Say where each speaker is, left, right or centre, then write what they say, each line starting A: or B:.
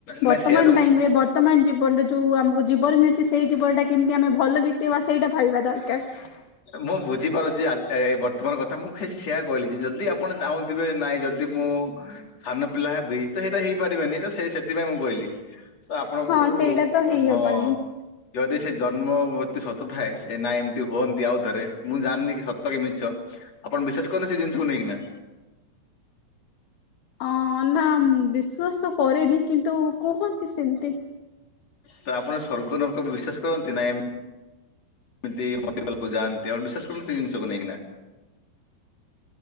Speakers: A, on the left; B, on the left.
A: ନାଇଁ
B: ବର୍ତ୍ତମାନ
A: ସେୟା ତ ମୁଁ
B: ଟାଇମ୍ ରେ ବର୍ତ୍ତମାନ ଜୀବନରେ ଯୋଉ ଆମ ଜୀବନ ମିଳିଚି ସେଇ ଜୀବନଟା କେମିତି ଆମେ ଭଲ ବିତେଇବା ସେଇଟା ଭାବିବା ଦରକାର।
A: ମୁଁ ବୁଝିପାରୁଚି ଆ, ଏ ବର୍ତ୍ତମାନ କଥା ମୁଁ ଖିଛି ସେୟା କହିଲି କି ଯଦି ଆପଣ ଚାହୁଁଥିବେ ନାଇଁ ଯଦି ଦି, ମୁଁ ସାନ ପିଲା ହେବି ତ ସେଟା ହେଇପାରିବନି। ତ ସେ ସେଥିପାଇଁ ମୁଁ କହିଲି। ତ ଆପଣଙ୍କୁ
B: ହଁ ସେଇଟା ତ ହେଇହବନି
A: ଅ, ହଁ ଯଦି ସେ ଜନ୍ମ ମୃତ୍ୟୁ ସତ ଥାଏ ।ଏ ନା ଏମିତି ହୁଅନ୍ତି ଆଉଥରେ ମୁଁ ଜାଣିନି କି ସତ କି ମି ଛ ଆପଣ ବିଶ୍ୱାସ କରନି ସେ ଜିନିଷକୁ ନେଇକିନା।
B: ଅଁ, ନା ବିଶ୍ଵାସ ତ କରେନି କିନ୍ତୁ କୁହନ୍ତି ସେମିତି।
A: ତ ଆପଣ ସ୍ବର୍ଗ ନର୍କ ବିଶ୍ଵାସ କରନ୍ତି ନା ଏମ୍ ଏମିତି <unintelligible> ଯାଆନ୍ତି ଆ ବିଶେଷ କୌଣସି ଜିନିଷକୁ ନେଇକିନା